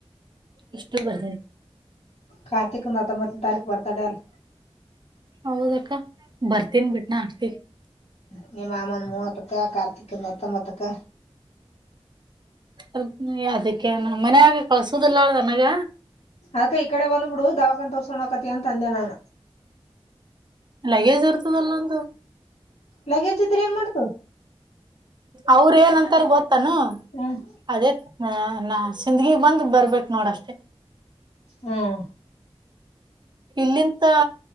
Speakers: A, on the right; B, on the left.
A: ಎಷ್ಟು ಬರ್ದ
B: ಕಾರ್ತಿಕ್ ನತ್ತೊಂಬತ್ತ ತಾರೀಕು ಬರ್ತಾಡಲ್ಲ
A: ಹೌದಕ್ಕ ಬರ್ತನ್ ಬಿಟ್ಟನ ಆಡ್ತಿ
B: ಹಗೆ ಮಾಮನ್ ಮೂವತ್ತಕ್ಕ ಕಾರ್ತಿಕ್ ಮೂತ್ತಂಬತ್ತಕ್ಕ
A: ಅ ಅದಕ್ಕೆ ಮನ್ಯಾಗ ಕಳ್ಸುದಿಲ್ಲ ಅ ನನಗ
B: ಆಕ ಇಕಡೆ ಬಂದಬುಡು ದವಾಖನ್ ತೋರ್ಸೋಣ ಕತಿ ಅಂತ ಅಂದೆ ನಾನ
A: ಲಗೇಜ್ ಇರ್ತದಲ್ಲೊಂದು
B: ಲಗೇಜ್ ಇದ್ರ ಏನ್ ಮಾಡ್ತು
A: ಅವ್ರ ಏನ್ ಅಂತಾರ ಗೊತ್ತಾನ
B: ಹ್ಮ್
A: ಅದೇ ಹ ನಾ ಸಿಂದಗಿಗ್ ಬಂದ ಬರ್ಬೇಕಕ್ ನೋಡ ಅಷ್ಟೇ
B: ಹ್ಮ್
A: ಇಲ್ಲಿಂತ